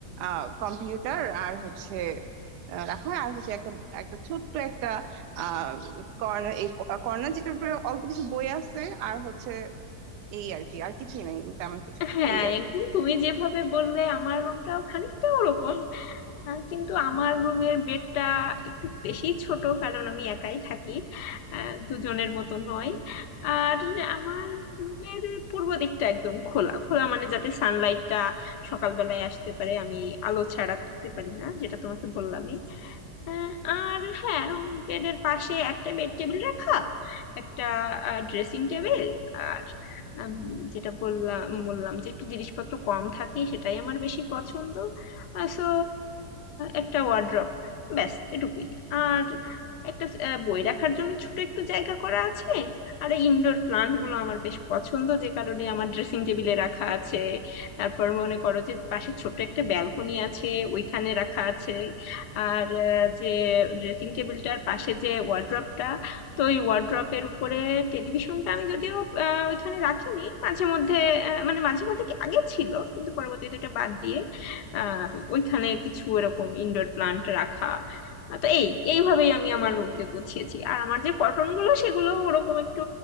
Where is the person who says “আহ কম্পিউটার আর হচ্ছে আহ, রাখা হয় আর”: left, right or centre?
Right